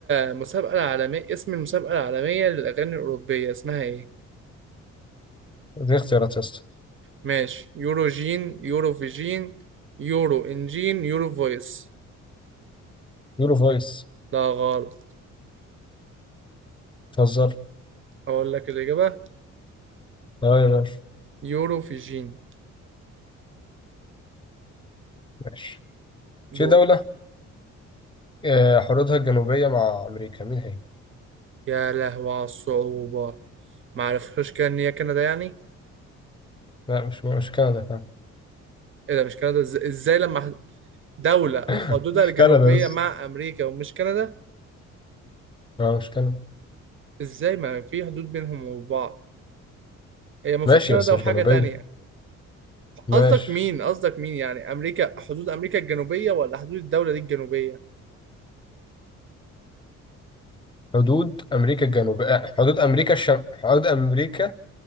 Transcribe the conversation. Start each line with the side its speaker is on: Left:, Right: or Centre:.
Right: المسابقة العالمية اسم المسابقة العالمية للأغاني الأوروبية اسمها ايه؟
Left: دي اختيارات يا اسطى
Right: ماشي يورو جين يورو فيجين يورو انجين يورو فويس
Left: يورو فويس
Right: لا غلط
Left: بتهزر
Right: أقول لك الإجابة
Left: اه يا باشا
Right: يورو فيجين
Left: ماشي في
Right: دول
Left: دولة آه، حدودها الجنوبية مع امريكا مين هي؟
Right: يا لهوي على الصعوبة معرفش كده إن هي كندا يعني؟
Left: لا مش مش كندا فاهم
Right: ايه ده مش كندا إز- ازاي لما ح- دولة
Left: <laughs>
Right: حدودها
Left: مش
Right: الجنوبية
Left: كندا بس
Right: مع أمريكا ومش كندا
Left: اه مش كندا
Right: ازاي ما في حدود بينهم وبعض هي المفروض
Left: ماشي
Right: كندا
Left: بس مش
Right: وحاجة
Left: جنوبية
Right: تانية
Left: ماشي
Right: قصدك مين قصدك مين يعني امريكا حدود امريكا الجنوبيه ولا حدود الدوله دي الجنوبيه
Left: حدود امريكا الجنوب آه، حدود امريكا الشم... حدود امريكا